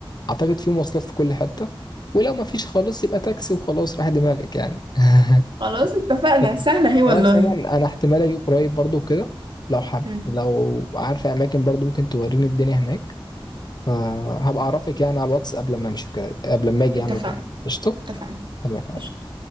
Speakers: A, on the left; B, on the right.
A: اعتقد في مواصلات في كل حته ولو ما فيش خالص يبقى تاكسي وخلاص راح دماغك يعني <laughs>
B: خلاص اتفقنا
A: طيب.
B: سهلة هي والله
A: خلاص عموما انا احتمال اجي قريب برضو كده لو حب
B: مم.
A: لو عارفه اماكن برضو ممكن توريني الدنيا هناك فهبقى اعرفك يعني على الواتس قبل ما امشي وكده قبل ما اجي
B: اتفقنا
A: يعني وكده قشطه
B: اتفقنا
A: تمام
B: قشطة.